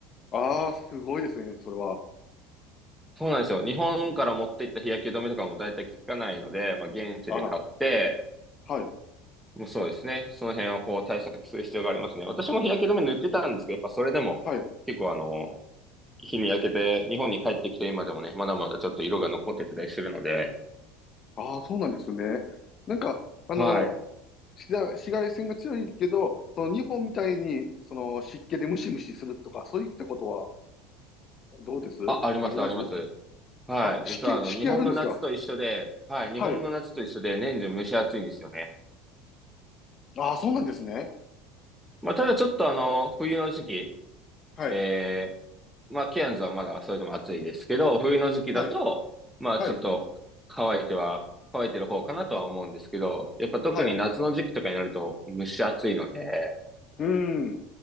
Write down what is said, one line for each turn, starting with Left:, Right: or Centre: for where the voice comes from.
Left: ああ、すごいですね、それは。
Centre: そうなんですよ。日本から持っていった日焼け止めとかも大体効かないので、まあ現地で買って、
Left: あら、はい、
Centre: もうそうですね。その辺をこう対策する必要がありますね。私も日焼け止め塗ってたんですけど、やっぱそれでも結構あの、
Left: はい。
Centre: 日に焼けて日本に帰ってきて今でもね、まだまだちょっと色が残ってたりするので、
Left: ああ、そうなんですね。なんか、あの、
Centre: はい。
Left: 紫外紫外線が強いけど、その日本みたいにその湿気でムシムシするとか、そういったことはどうですあります
Centre: あ、あります、あります。はい。
Left: あ、湿気、
Centre: 実はあの、
Left: 湿気あるんですか
Centre: 日本の夏と一緒で、はい。日本の夏と一緒で年中蒸し暑いんですよね。
Left: はい。ああ、そうなんですね。
Centre: まあ、ただちょっとあの、冬の時期、
Left: はい。
Centre: えー、まあ、ケアンズはまだそれでも暑いですけど、冬の時期だと、
Left: はい。
Centre: まあ、
Left: はい。
Centre: ちょっと乾いては、乾いてる方かなとは思うんですけど、やっぱ特に夏の時期とかになると蒸し暑いので、
Left: はい。うーん。